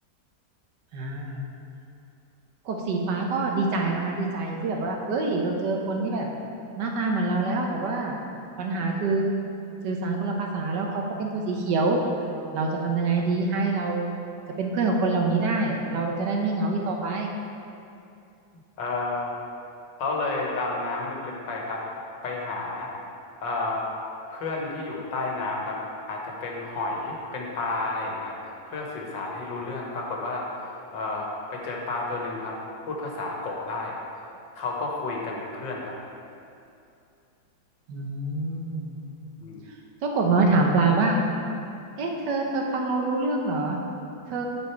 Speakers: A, on the right; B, on the left.
A: อ่า กบสีฟ้าก็ดีใจนะคะดีใจที่แบบว่าเอ้ยเราเจอคนที่แบบหน้าตาเหมือนเราแล้วแต่ว่าปัญหาคือสื่อสารคนละภาษาแล้วเขาก็เป็นตัวสีเขียวเราจะทำยังไงดีให้เราจะเป็นเพื่อนกับคนเหล่านี้ได้เราจะได้ไม่เหงาอีกต่อไป
B: เออเขาเลยดำน้ำลึกๆไปครับไปหาเออเพื่อนที่อยู่ใต้น้ำครับอาจจะเป็นหอย เป็นปลาอะไรอย่างเงี้ยครับเพื่อสื่อสารให้รู้เรื่องปรากฏว่าเออไปเจอปลาตัวหนึ่งครับพูดภาษากบได้ เขาก็คุยกันเป็นเพื่อนครับ
A: อืม
B: อืม
A: เจ้ากบน้อยถามปลาว่าเอ๊ะเธอเธอฟังเรารู้เรื่องเหรอเธอ